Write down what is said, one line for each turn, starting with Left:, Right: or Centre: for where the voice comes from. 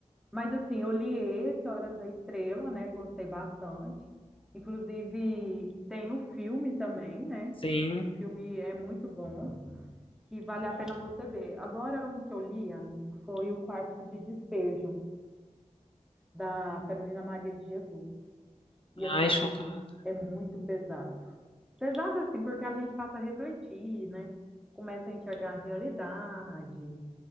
Centre: Mas, assim, eu li esse, Hora da Estrela, né? Gostei bastante. Inclusive, tem o filme também, né?
Left: Sim.
Centre: O filme é muito bom, que vale a pena você ver. Agora, um que eu li, amigo, foi O Quarto de Despejo, da Carolina Maria de Jesus. E, assim,
Left: Ai,
Centre: amigo,
Left: chocada.
Centre: é muito pesado. Pesado assim, porque a gente passa a refletir, né? Começa a enxergar a realidade